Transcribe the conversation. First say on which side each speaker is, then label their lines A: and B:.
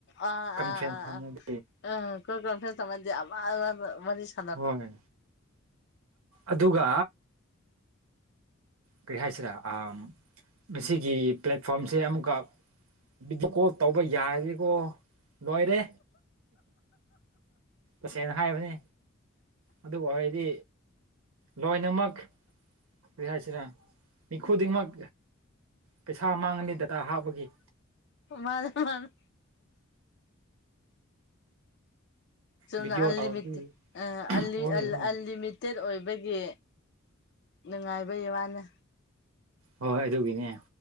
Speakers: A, on the left; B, on the right.
A: ꯑꯥ
B: ꯀꯟꯐꯔꯦꯟꯁ
A: ꯑꯥ
B: ꯊꯝꯃꯗꯤ
A: <unintelligible>
B: ꯍꯣꯏ ꯑꯗꯨꯒ ꯀꯔꯤ ꯍꯥꯏꯁꯤꯔꯥ ꯑꯥꯝ ꯃꯁꯤꯒꯤ ꯄ꯭ꯂꯦꯠ ꯐꯣꯝꯁꯦ ꯑꯃꯨꯛꯀ ꯕꯤꯗꯤꯀꯣꯜ ꯇꯧꯕ ꯌꯥꯔꯗꯤꯀꯣ ꯂꯣꯏꯔꯦ ꯇꯁꯦꯡꯅ ꯍꯥꯏꯕꯅꯤ ꯑꯗꯨꯕꯨ ꯑꯣꯏꯗꯤ ꯂꯣꯏꯅꯃꯛ ꯀꯔꯤ ꯍꯥꯏꯁꯤꯔꯥ ꯃꯤ ꯈꯨꯗꯤꯡꯃꯛ ꯄꯩꯁꯥ ꯃꯥꯡꯉꯅꯤ ꯗꯇꯥ ꯍꯥꯞꯄꯒꯤ
A: ꯍꯣ ꯃꯥꯅꯦ ꯃꯥꯅꯦ ꯆꯨꯝꯅ
B: ꯚꯤꯗꯤꯑꯣ
A: ꯑꯜꯂꯤꯃꯤꯠꯇ
B: ꯇꯧꯔꯗꯤ
A: ꯑ ꯑꯜꯂꯤ
B: ꯍꯣꯏ
A: ꯑꯜ
B: ꯍꯣꯏ
A: ꯑꯜꯂꯤꯃꯤꯠ ꯇꯦꯠ ꯑꯣꯏꯕꯒꯤ ꯅꯨꯡꯉꯥꯏꯕꯩ ꯋꯥꯅꯤ
B: ꯍꯣꯏ ꯑꯗꯨꯒꯤꯅꯦ